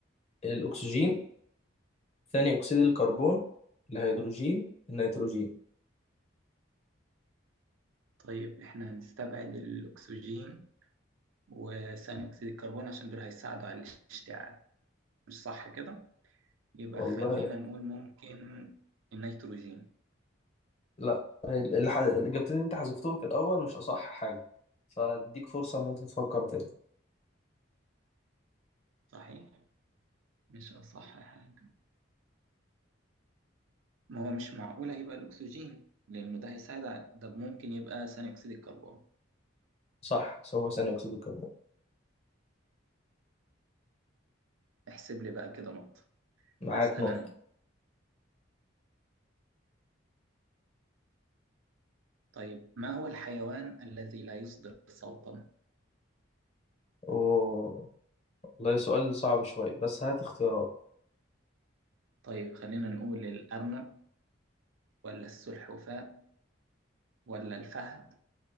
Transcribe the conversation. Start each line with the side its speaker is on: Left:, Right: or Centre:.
Left: الاكسجين ثاني أكسيد الكربون الهيدروجين النيتروجين
Right: طيب احنا هنستبعد الأكسجين وثاني أكسيد الكربون عشان دول هيساعدوا على الاشتعال مش صح كده يبقى
Left: والله
Right: خلينا نقول ممكن النيتروجين
Left: لا الح... الإجابتين اللي أنت حذفتهم في الأول مش أصح حاجة فأديك فرصة إن أنت تفكر تاني
Right: صحيح مش أصح حاجة ما هو مش معقول هيبقى الأكسجين لأنه ده هيساعد على ده ممكن يبقى ثاني أكسيد الكربون
Left: صح هو ثاني أكسيد الكربون
Right: احسب لي بقى كده نقطة
Left: معاك
Right: أسأل
Left: نقطة
Right: أنا طيب ما هو الحيوان الذي لا يصدر صوتا
Left: أوه. والله سؤال صعب شوية بس هات اختيارات
Right: طيب خلينا نقول الأرنب ولا السلحفاة ولا الفهد